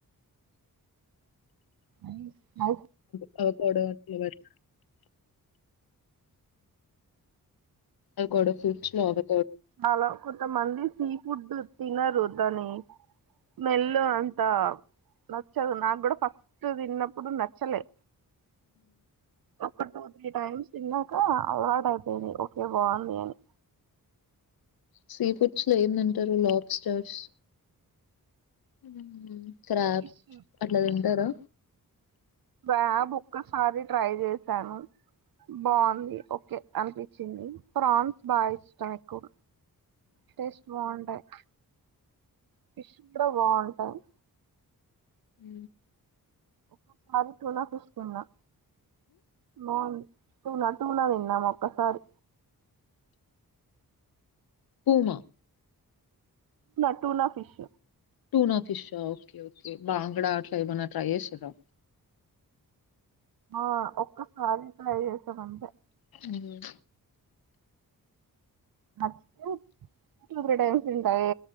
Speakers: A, on the right; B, on the left.
A: ఐ అవు
B: పకోడ అటే మరి అవి కూడ సుక్షలోవదు
A: మాల కొడు అంతమంది సీ ఫుడ్ తినరు. దాని స్మెల్ అంత నచ్చదు. నాకు కూడా ఫస్ట్ తిన్నప్పుడు నచ్చలే. ఒక టూ త్రీ టైమ్స్ తిన్నాక అలవాటైపోయింది ఓకే బాగుంది అని
B: సీ ఫుడ్స్ లో ఏం తింటారు లాబ్స్టార్స్ ఉహూ క్రాబ్
A: ఫిష్
B: అట్ల
A: ఫిష్
B: తింటారా
A: క్రాబ్ ఒక్కసారి ట్రై చేశాను. బాంది ఓకే అనిపించింది. ప్రాన్స్ బాగా ఇష్టం ఎక్కువ. టేస్ట్ బాగుంటాయ్ ఫిష్ బ్రౌ బాగుంటది
B: ఊ
A: ఒక్కపారి టూనా ఫిష్ తిన్నా బాగుం టూనా టూనా తిన్నం ఒక్కసారి
B: tuna
A: tuna tuna fish
B: tuna fish okay okay బాంగ్డా అట్లా ఏమన్నా ట్రై చేసిరా
A: ఆ ఒక్క సారి ట్రై చేసామంతె
B: ఊ
A: నచ్చితే టూ త్రీ టైమ్స్ తింట ఏ